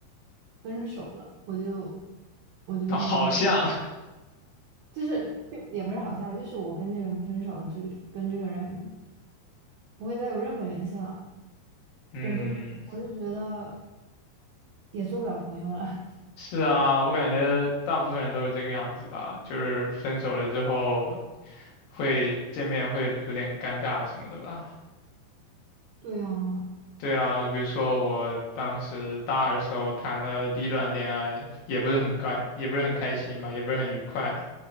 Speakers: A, on the right (about 70°); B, on the left (about 60°).
A: 分手了，我就我觉得我们
B: 好像
A: 就是就也不是好像，就是我跟这个人分手了，就就跟这个人不会再有任何联系了。
B: 嗯，
A: 我就我就觉得也做不了朋友了。
B: 是啊，我感觉大部分人都是这个样子吧，就是分手了之后会见面会有点尴尬什么的吧。
A: <laughs> 对呀，
B: 对啊，就比如说我当时大二的时候谈了第一段恋爱，也不是很开，也不是很开心吧，也不是很愉快。